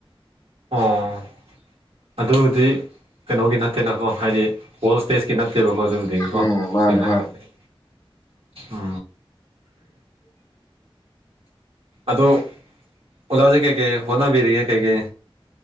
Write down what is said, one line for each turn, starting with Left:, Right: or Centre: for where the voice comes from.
Right: ꯑꯣ ꯑꯗꯨꯕꯨꯗꯤ ꯀꯩꯅꯣꯒꯤ ꯅꯠꯇꯦꯅꯀꯣ ꯍꯥꯏꯗꯤ ꯋꯥꯜ ꯁ꯭ꯇꯦꯖꯀꯤ ꯅꯠꯇꯦꯕꯀꯣ ꯑꯗꯨꯕꯨ ꯗꯤꯀꯣ
Left: ꯎꯝ ꯃꯥꯅꯦ
Right: ꯁꯦꯡꯅ
Left: ꯍꯣꯏ
Right: ꯍꯥꯏꯒꯗꯤ ꯎ ꯑꯗꯣ ꯑꯣꯖꯥꯁꯦ ꯀꯩꯀꯩ ꯍꯣꯠꯅꯕꯤꯔꯤꯒꯦ ꯀꯩꯀꯩ